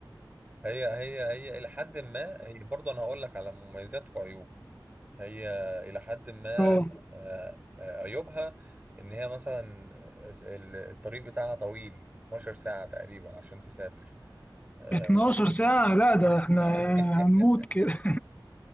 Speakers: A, on the right (about 20°); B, on the left (about 20°).
A: هي هي هي الى حد ما هي برضو انا هقول لك على مميزات وعيوب هي الى حد ما
B: اه
A: آه، آه، عيوبها ان هي مثلا الس- ال- الطريق بتاعها طويل 12 ساعة تقريبا عشان تسافر آه،
B: 12 ساعة لا ده احنا
A: <laughs>
B: هنموت كده <laughs>